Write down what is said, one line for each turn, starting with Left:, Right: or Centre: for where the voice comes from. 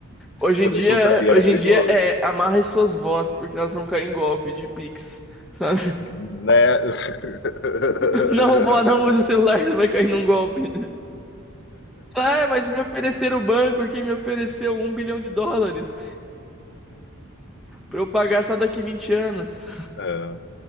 Centre: Hoje
Left: quando
Centre: em dia,
Left: a gente não sabia
Centre: hoje
Left: era perigoso,
Centre: em dia é amarre suas vozes, porque elas vão cair em golpe de Pix, sabe?
Left: né? <laughs>
Centre: <laughs> Não, vó, não use o celular, você vai cair num golpe. <laughs> Ah, mas me ofereceram o banco aqui, me ofereceu um bilhão de dólares pra eu pagar só daqui vinte anos.
Left: É.